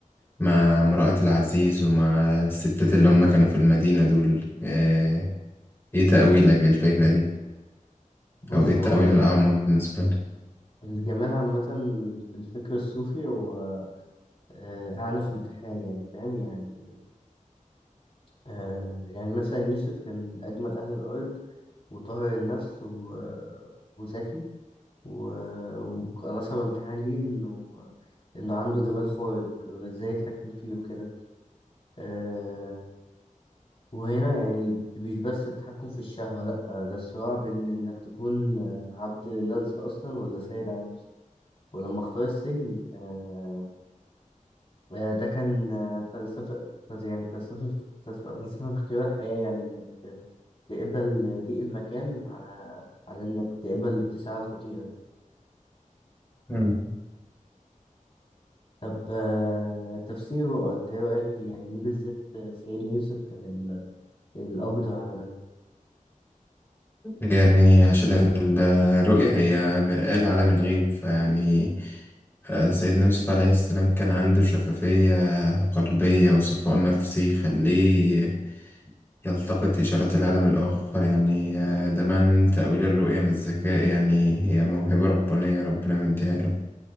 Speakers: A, on the left; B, on the left.
A: مع امرأة العزيز ومع الستات اللي هم كانوا في المدينة دول آه، إيه تأويلك للفكرة دي
B: بص
A: أو إيه التأويل
B: هو
A: الأعمق بالنسبة لك؟
B: الجمال عامة في الفكر الصوفي هو آه، أعنى في امتحان يعني فاهم يعني آه، يعني مثلا يوسف كان أجمل أهل الأرض وطاهر النفس و- وذكي و- وكان أصعب امتحان ليه إنه إنه عنده جمال خارق وإزاي يتحكم فيه وكده آه، وهنا يعني مش بس التحكم في الشهوة لأ ده الصراع بين إنك تكون آه، عبد لله أصلا ولا سيد على نفسك ولما اختار السجن آه، آه، ده كان آه، فلسفة فلس- يعني فلسفة فلسفة فلسفة في اختيار الحياة يعني إنك تقبل ضيق المكان على على إنك تقبل اتساع الخطيئة يعني
A: مم.
B: طب آه، تفسيره أنت إيه رأيك فيه يعني ليه بالذات آه، سيدنا يوسف كان ال- الأقدر على ده؟
A: يعني عشان الرؤية هي مرآة لعالم الغيب فيعني آه، سيدنا يوسف عليه السلام كان عنده شفافية قلبية وصفاء نفسي يخليه يلتقط إشارات العالم الآخر يعني آه، ده معنى إن تأويل الرؤية من الذكاء يعني هي موهبة ربانية ربنا مديها له